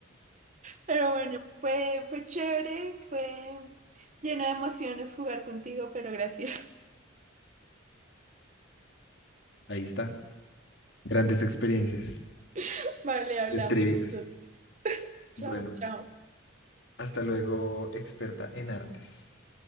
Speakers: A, on the left; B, on the right.
A: <laughs>
B: Pero bueno, fue, fue chévere, fue lleno de emociones jugar contigo, pero gracias.
A: ahí está. Grandes experiencias
B: <laughs> Vale, hablamos.
A: de trivias.
B: entonces. Chao,
A: Bueno,
B: chao.
A: hasta luego, experta en artes.